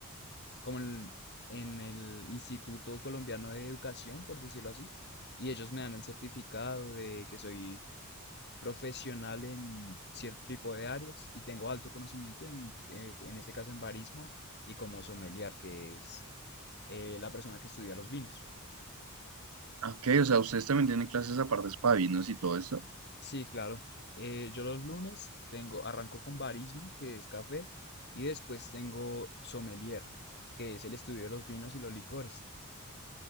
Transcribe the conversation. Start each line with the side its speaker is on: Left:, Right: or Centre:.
Left: como en, en el Instituto Colombiano de Educación, por decirlo así, y ellos me dan el certificado de que soy profesional en cierto tipo de áreas y tengo alto conocimiento en, eh, en este caso en barismo y como sommelier, que es eh, la persona que estudia los vinos.
Right: Ah, Ok, o sea, ustedes también tienen clases aparte para vinos y todo eso.
Left: Sí, claro. Eh, yo los lunes tengo, arranco con barismo, que es café, y después tengo sommelier, que es el estudio de los vinos y los licores.